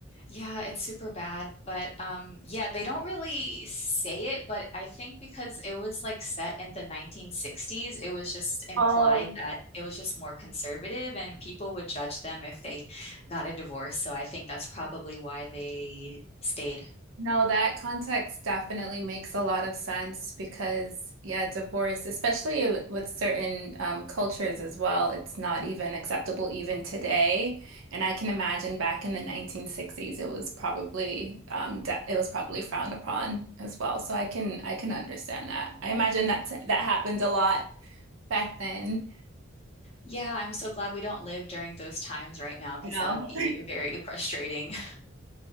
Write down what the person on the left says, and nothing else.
Yeah, it's super bad, but um yeah, they don't really say it, but I think because it was like set in the 1960s, it was just implied
that it was just more conservative and people would judge them if they got a divorce. So I think that's probably why they stayed.
Yeah, I'm so glad we don't live during those times right now because
that would be very frustrating. <laughs>